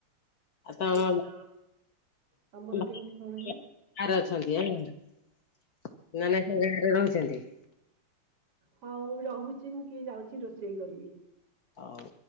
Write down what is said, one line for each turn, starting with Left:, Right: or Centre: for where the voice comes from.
Left: ଆ
Right: ହାଲୋ ତମର କେମିତି
Left: <unintelligible>
Right: କଣ ହେଲା?
Left: ଗାରେ ଅଛନ୍ତି ଆ ନ ନା ସେ ଗାଁରେ ରହୁଛନ୍ତି
Right: ହଉ ରହୁଛି ମୁଁ କିଏ ଯାଉଛି ରୋଷେଇ କରିବି
Left: ହଉ